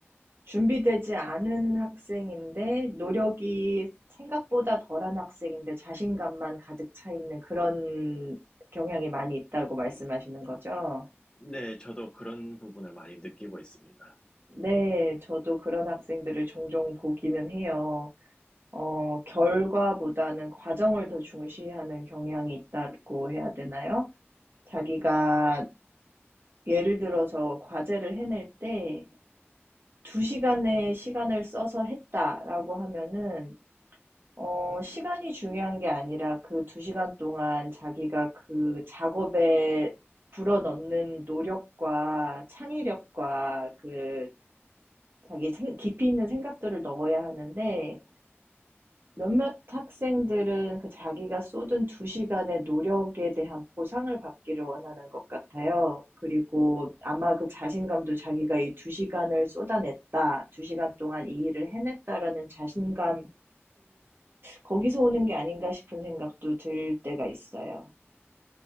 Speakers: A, on the right; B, on the left.
A: 준비되지 않은 학생인데 노력이 생각보다 덜한 학생인데 자신감만 가득 차 있는 그런 경향이 많이 있다고 말씀하시는 거죠?
B: 네, 저도 그런 부분을 많이 느끼고 있습니다.
A: 네, 저도 그런 학생들을 종종 보기는 해요. 어, 결과보다는 과정을 더 중시하는 경향이 있다고 해야 되나요? 자기가 예를 들어서 과제를 해낼 때 2시간의 시간을 써서 했다라고 하면은 어, 시간이 중요한 게 아니라 그 2시간 동안 자기가 그 작업에 불어넣는 노력과 창의력과 그 자기 생- 깊이 있는 생각들을 넣어야 하는데 몇몇 학생들은 그 자기가 쏟은 2 시간의 노력에 대한 보상을 받기를 원하는 것 같아요. 그리고 아마 그 자신감도 자기가 이 2 시간을 쏟아냈다, 2 시간 동안 이 일을 해냈다라는 자신감이 거기서 오는 게 아닌가 싶은 생각도 들 때가 있어요.